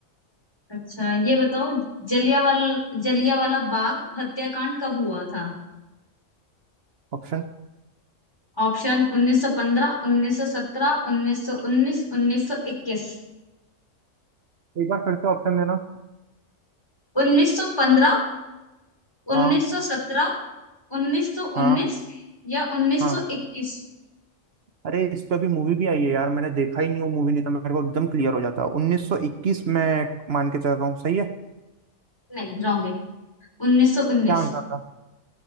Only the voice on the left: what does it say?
अच्छा ये बताओ जलियावाल जलियावाला बाग हत्याकांड कब हुआ था
ऑप्शन 1915 1917 1919 1921
1915 1917
1919
या 1921
नहीं रॉन्ग है 1919